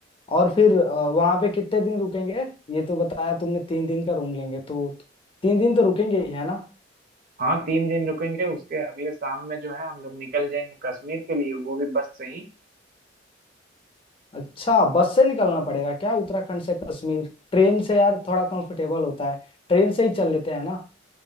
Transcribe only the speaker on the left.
और फिर वहां पे कितने दिन रुकेंगे ये तो बताया तुमने तीन दिन का रूम लेंगे तो तीन दिन तो रुकेंगे ही है ना
अच्छा बस से निकलना पड़ेगा क्या उत्तराखंड से कश्मीर ट्रेन से यार थोड़ा कंफर्टेबल होता है ट्रेन से ही चल लेते हैं ना